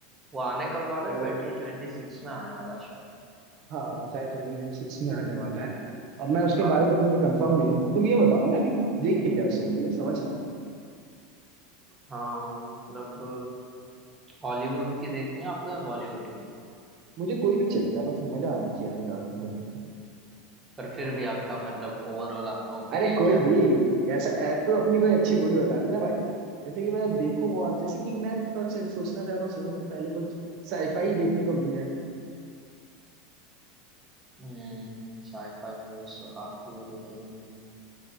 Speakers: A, on the right; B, on the right.
A: वो आने कब वाला
B: तो
A: है ट्वेंटी ट्वेंटी सिक्स में आने वाला है शायद
B: हाँ वो शायद ट्वेंटी ट्वेंटी सिक्स में आने वाला है अब मैं उसके
A: हाँ
B: बारे में तो मुझे कंफर्म नहीं हूँ तुम ये बताओ ना मैं अभी देख के क्या सोऊं मुझे समझ नहीं आ रहा
A: हाँ मतलब हॉलीवुड की देखनी है आपको या बॉलीवुड की
B: मुझे कोई भी चलेगा बस मजा आना चाहिए आज रात में तो
A: पर फिर भी आपका मतलब ओवरऑल आपका ओपिनियन
B: अरे कोई
A: क्या है
B: भी ऐसा ऐ- तो अपनी कोई अच्छी मूवी बता देना भाई जैसे कि मैं देखूं और जैसे कि मैं थोड़ा सा सोचना चाह रहा हूँ सोने से पहले कुछ साईफाई देखने को मिल जाए
A: हम्म साईफाई मूवीज तो काफी है लेकिन